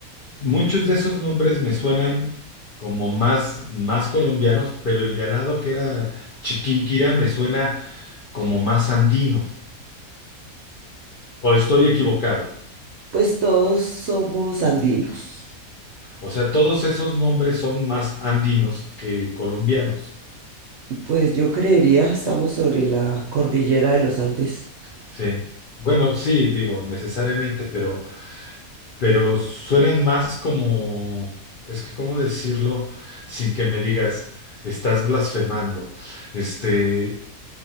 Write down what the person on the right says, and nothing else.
pues todos somos andinos.
Pues yo creería, estamos sobre la cordillera de los Andes.